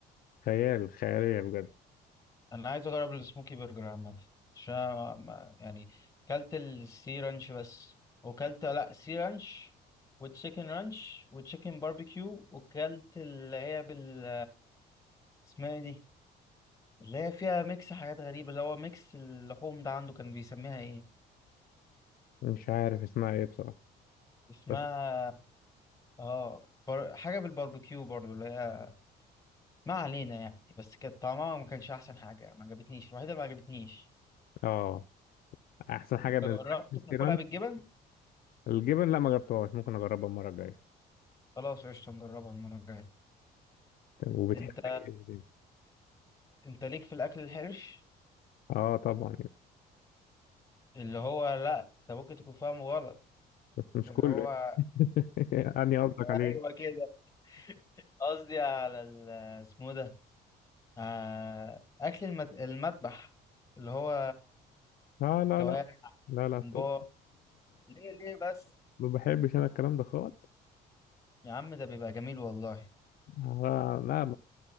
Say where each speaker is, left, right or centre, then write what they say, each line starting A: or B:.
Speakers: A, on the left; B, on the left.
A: خيال خيالية بجد
B: انا عايز اجرب السموكي برجر عامه عشان أنا ما- يعني كلت السي رانش بس وكلت لا سي رانش وتشيكن رانش وتشيكن باربيكيو وكلت اللي هي بال اسمها ايه دي اللي هي فيها ميكس حاجات غريبة اللي هو ميكس اللحوم ده عنده كان بيسميها ايه
A: مش عارف اسمها ايه بصراحة
B: اسمها
A: بس
B: اه بر... حاجة بالباربيكيو برضو اللي هي ما علينا يعني بس كانت طعمها ما كانش احسن حاجه يعني، ما عجبتنيش الوحيده اللي ما عجبتنيش
A: اه احسن حاجة
B: انت
A: بالنسبة
B: جربت
A: لك السي
B: تاكلها
A: رانش
B: بالجبن
A: الجبن لا ما جربتهاش ممكن اجربها المرة الجاية
B: خلاص قشطه نجربها المره الجايه
A: طب وبتحب
B: انت
A: ايه
B: انت ليك في الاكل الحرش
A: اه طبعا يعني،
B: اللي هو لا انت ممكن تكون فاهمه غلط
A: بس مش
B: اللي
A: كله
B: هو
A: <laughs> اني قصدك عليه
B: ايوه كده قصدي على ال- اسمه ده آه، اكل المت- المذبح اللي هو
A: لا لا
B: الكوارع
A: لا لا لا
B: بومبار
A: ستوب
B: ليه ليه بس
A: <laughs> ما بحبش انا الكلام ده خالص
B: يا عم ده بيبقى جميل والله
A: لا لا